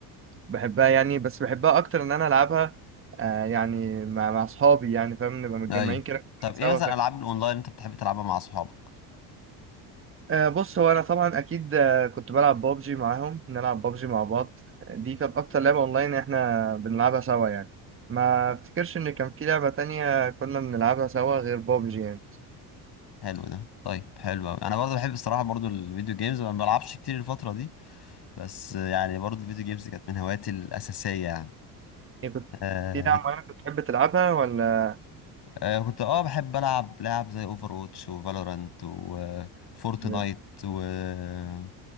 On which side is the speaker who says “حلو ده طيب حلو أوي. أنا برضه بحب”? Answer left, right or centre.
Left